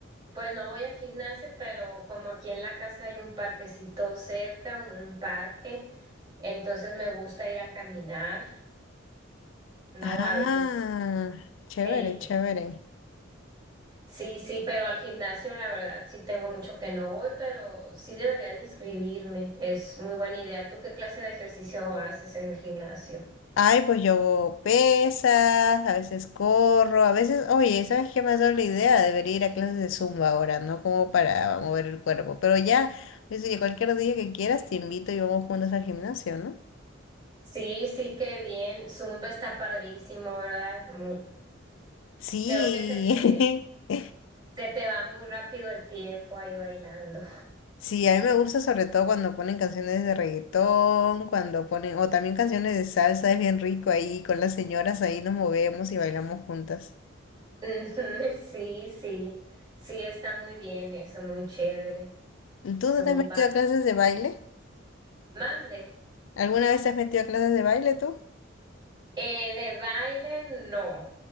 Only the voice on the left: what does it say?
Ah,
chévere,
chévere.
Ay, pues yo hago pesas, a veces corro, a veces, oye, ¿sabes qué me ha dado la idea? Debería ir a clases de Zumba ahora, ¿no? Como para mover el cuerpo. Pero ya, es que cualquier día que quieras te invito y vamos juntos al gimnasio, ¿no?
Sí,
<laughs>
sí, a mí me gusta sobre todo cuando ponen canciones de reggaetón, cuando ponen, o también canciones de salsa, es bien rico ahí, con las señoras ahí nos movemos y bailamos juntas.
¿Tú
no te has metido a clases de baile?
¿Alguna vez te has metido a clases de baile tú?